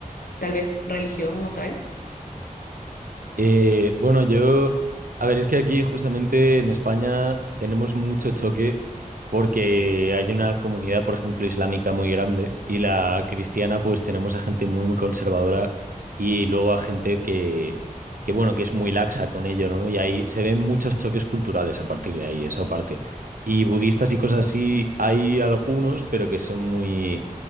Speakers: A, on the left; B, on the right.
A: tal vez religión o tal?
B: Eh, bueno, yo, a ver, es que aquí justamente en España tenemos mucho choque porque hay una comunidad, por ejemplo, islámica muy grande y la cristiana, pues tenemos a gente muy, muy conservadora y luego a gente que, que bueno, que es muy laxa con ello, ¿no? Y ahí se ven muchos choques culturales a partir de ahí, eso aparte. Y budistas y cosas así, hay algunos, pero que son muy